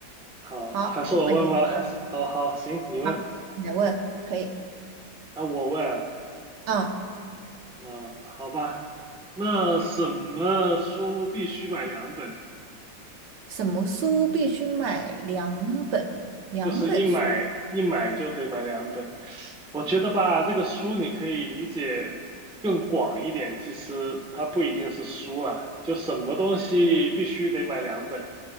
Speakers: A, in the centre; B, on the right (about 70°).
A: 好，
B: 好，
A: 还是我问吗？
B: 我问你，
A: 还是哦，好，行，你问
B: 好，你来问，可以。
A: 啊，我问啊，
B: 嗯，
A: 嗯好吧。那什么书必须买两本？
B: 什么书必须买两本？两本书？
A: 就是一买一买就得买两本。我觉得吧，这个书你可以理解更广一点，其实它不一定是书啦，就什么东西必须得买两本，